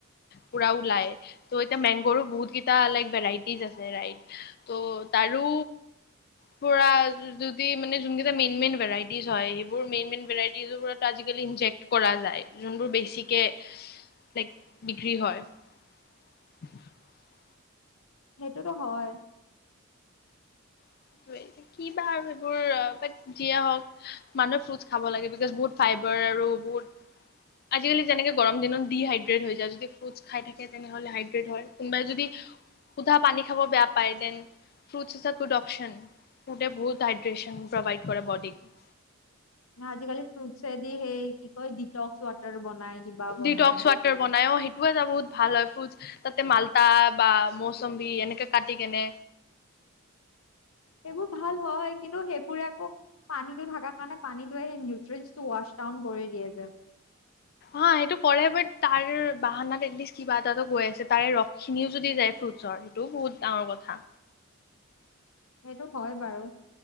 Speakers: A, on the left; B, on the left.
A: পুৰা ওলাই, ত' এতিয়া মেংগৰো বহুত কেইটা লাইক ভেৰাইটিজ আছে ৰাইট, ত' তাৰো পুৰা যদি মানে, যোন কেইটা মেইন, মেইন ভেৰাইটিজ হয়, মেইন, মেইন ভেৰাইটিজ বোৰত আজিকালি ইনজেক্ট কৰা যায়, যোনবোৰ বেছিকে লাইক বিক্ৰী হয়। <unintelligible>
B: সেইটোতো হয়।
A: সেইটোয়ে, এতিয়া কিবা আৰু এইবোৰে যিয়ে হক মানুহে ফ্ৰুট খাব লাগে, বিকজ বহু ফাইবাৰ আৰু বহুত, আজিকালি যেনেকে গৰম দিনত ডিহাইড্ৰট হৈ যায়, যদি ফুটচ খাই থাকে, তেনেহলে হাইডেট হয়, কোনবাই যদি সুধা পানী খাব বেয়া পায় দেন ফুচট ফুদে হাইড্ৰেচন প্ৰভাইড কৰে বডিত
B: আজিকালি ফ্ৰুটছদি হেই কি কয়, ডিটকস ৱাটাৰ বনাই। কিবা বনাই
A: ডিটকছ ওৱাটাৰ বনাই ও সেই টোযে বহুত ভাল হয় ফ্ৰুজ তাতে মালতা বা মৌচম্বী এনেকে কাটি কেনে।
B: সেইবোৰ ভাল হয় কিন্তু সেইবোৰে আকৌ পানীটো থাকাৰ কাৰণে পানীটোৱে সেই নিউট্ৰটো ৱাছ ডাউন কৰি দিয়ে যে।
A: অ সেইটো কৰে বাট, তাৰ বাহানাত এটলিষ্ট কিবা এটা গৈ আছে তাৰে ৰসখিনিও যদি যায় ফ্ৰুটছৰ সেইটোও বহুত ডাঙৰ কথা।
B: সেইটো হয় বাৰু